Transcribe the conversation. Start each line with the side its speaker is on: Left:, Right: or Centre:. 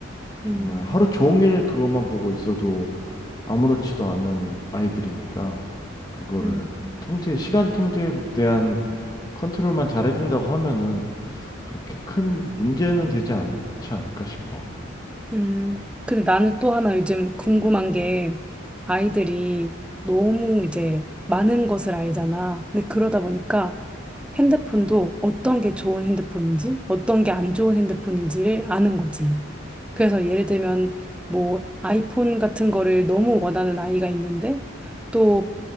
Left: 정말
Centre: 음,
Left: 하루 종일 그것만 보고 있어도 아무렇지도 않은 아이들이니까 그거를
Centre: 음,
Left: 통제, 시간 통제에 대한 컨트롤만 잘해준다고 하면은 그렇게 큰 문제는 되지 않지 않을까 싶어.
Centre: 음. 근데 나는 또 하나 요즘 궁금한 게, 아이들이 너무 이제 많은 것을 알잖아. 근데 그러다 보니까, 핸드폰도 어떤 게 좋은 핸드폰인지, 어떤 게 안 좋은 핸드폰인지를 아는 거지. 그래서 예를 들면 뭐 아이폰 같은 거를 너무 원하는 아이가 있는데 또